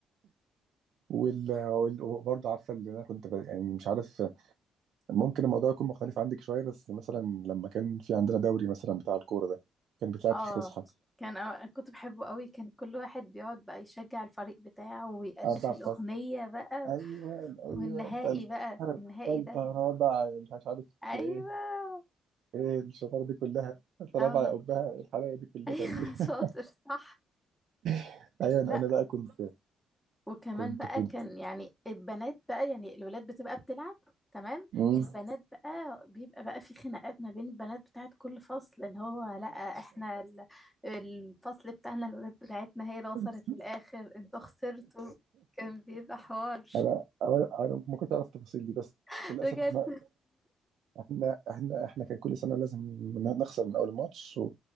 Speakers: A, on the right; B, in the centre.
A: وال... وال... وبرضه عارفه اللي انا كنت ب... يعني مش عارف ممكن الموضوع يكون مختلف عندك شوية بس مثلا لما كان في عندنا دوري مثلا بتاع الكورة ده كان بيتلعب
B: اه
A: في فسحة
B: كان أو... كنت بحبه قوي كان كل واحد بيقعد بقى يشجع الفريق بتاعه ويألف
A: أربع
B: الأغنية
A: فصل
B: بقى
A: أيوة أيوة
B: والنهائي
A: تالتة
B: بقى النهائي
A: تالتة
B: ده
A: رابعة مش عارف عارف
B: ايوه
A: إيه إيه الشطارة دي كلها تالتة
B: اه
A: رابعة يا أبها الحلاوة دي كلها
B: ايوه
A: تقريبا
B: <laughs> شاطر صح
A: <laughs> أيوة
B: لا
A: أنا بقى كنت
B: وكمان
A: كنت
B: بقى
A: كنت
B: كان يعني البنات بقى يعني الولاد بتبقى بتلعب تمام
A: أمم.
B: البنات بقى بيبقى بقى في خناقات ما بين البنات بتاعت كل فصل اللي هو لا احنا ال- الفصل بتاعنا الولاد بتاعتنا هي اللي وصلت
A: <laughs>
B: للآخر انتوا خسرتوا كان بيبقى حوار
A: أنا أنا أنا ما كنتش أعرف التفاصيل دي بس
B: <laughs>
A: للأسف
B: بجد
A: إحنا احنا احنا احنا كان كل سنه لازم ن- نخسر من اول ماتش و...